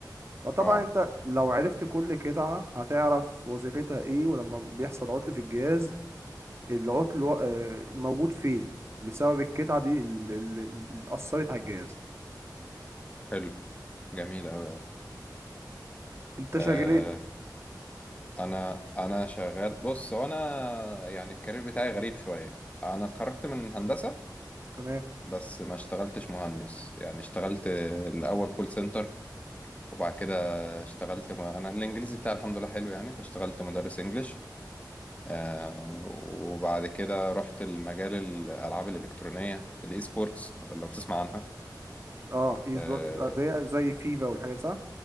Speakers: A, on the right; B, on the left.
A: فطبعا
B: اه
A: انت لو عرفت كل قطعة هتعرف وظيفتها ايه ولما بيحصل عطل في الجهاز العطل و- آه، موجود فين بسبب القطعة دي اللي اللي- اللي أثرت على الجهاز
B: حلو جميل قوي
A: انت
B: قوي
A: شغال ايه؟
B: انا انا شغال بص هو انا يعني الكارير بتاعي غريب شويه انا اتخرجت من هندسه
A: تمام
B: بس ما اشتغلتش مهندس يعني اشتغلت الاول كول سنتر وبعد كده اشتغلت م... انا الانجليزي بتاعي الحمد لله حلو يعني فاشتغلت مدرس انجليش آه وبعد كده رحت المجال الالعاب الالكترونيه الاي سبورتس لو بتسمع عنها
A: اه اي
B: آه
A: سبورت اللي هي زي فيفا والحاجات صح